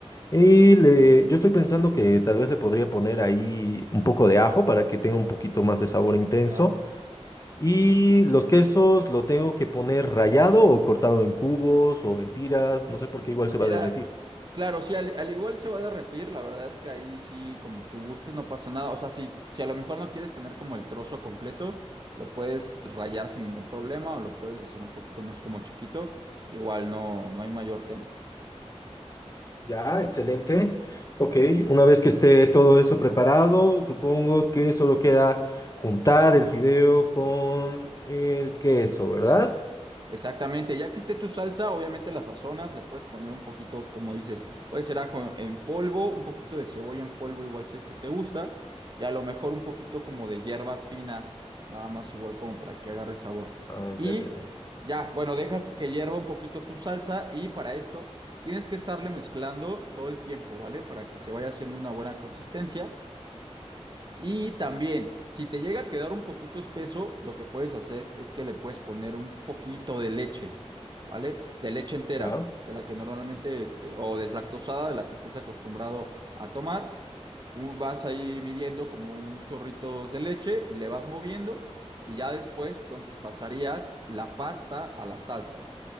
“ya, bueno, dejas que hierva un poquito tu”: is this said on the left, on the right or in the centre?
Right